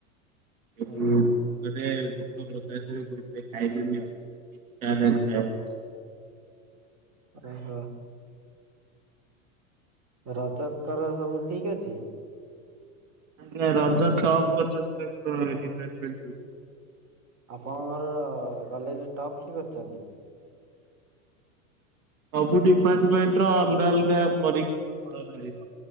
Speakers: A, on the right; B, on the right.
A: ଦୁଃଖ
B: ଆଜ୍ଞା
A: ରେ ଦୁଃଖ ପ୍ରକାଶ କରିଥାଏ। ଖାଇଲିନି ଆଉ ଇଚ୍ଛା ହେଲାନି ଖାଇବାକୁ।
B: ଓହୋ। ରଜତଙ୍କର ସବୁ ଠିକ ଅଛି?
A: ର <unintelligible> ଟପ ଡିପାର୍ଟମେଣ୍ଟ ରୁ।
B: ଆପଣଙ୍କର କଲେଜରେ ଟପ୍ କିଏ କରିଚନ୍ତି?
A: ସବୁ ଡିପାର୍ଟମେଣ୍ଟ ର ଅଲଗା ଅଲଗା ପରୀକ୍ଷା ଫଳ ବାହାରିବ।